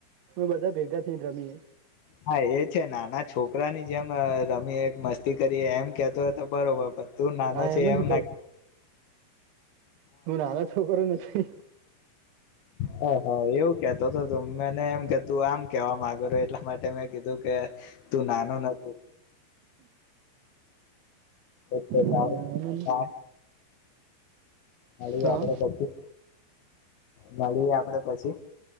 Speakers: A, on the right (about 70°); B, on the left (about 65°).
A: બધા ભેગા થઈને રમીએ.
B: હા એ છે નાના છોકરાની જેમ રમીએ, એક મસ્તી કરીએ, એમ કહેતો હોય તો બરાબર. તું નાનો
A: હા
B: છે, એમ
A: જ કઉ
B: નાખ
A: છું હું નાનો છોકરો નથી
B: હ હા એવું કેતો તો તું મેને એમ કે તું આમ કેવા માંગો એટલા માટે મેં કીધું કે તું નાનો નથી ઓ તો સારું
A: ના ના
B: હા <unintelligible>
A: હા
B: આપડે પછી મળીએ આપડે પછી